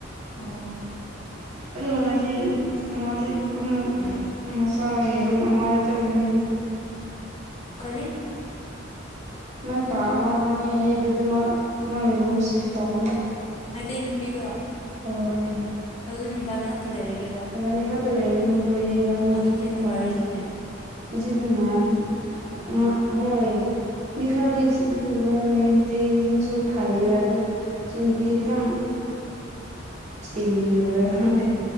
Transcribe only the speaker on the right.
ꯑꯗꯨꯒ ꯉꯁꯤ ꯅꯨꯠ ꯑꯃꯗꯤ ꯀꯨꯟꯃꯨꯛ ꯃꯆꯥ ꯌꯦꯔꯨꯝ ꯑꯃ ꯆꯜꯂꯅꯤ
ꯃꯣꯏ ꯀꯥ ꯑꯃ ꯐꯪꯉꯦ ꯍꯌꯦ ꯑꯗꯨꯗ ꯃ ꯃꯣꯏ ꯔꯨꯝ ꯁꯤꯐ ꯇꯧꯅꯤ
ꯍꯣꯏ
ꯏꯕꯥꯅꯤ ꯈꯛꯇ ꯂꯩꯔꯤꯅꯤꯗꯨꯗꯤ ꯏꯕꯥꯅꯤꯗꯤ
<unintelligible>
ꯍꯧꯖꯤꯛꯇꯤ ꯃꯣꯔꯥꯡ
<unintelligible> ꯍꯣꯏ ꯃꯤ ꯈꯔꯗꯤ <unintelligible> ꯐꯩꯌꯦꯕ ꯑꯗꯨ ꯆꯤꯟꯕꯤ ꯈꯤꯇꯪ ꯏꯁꯇꯦꯟꯗꯤ ꯑꯣꯏꯕ꯭ꯔꯥ ꯈꯪꯗꯦ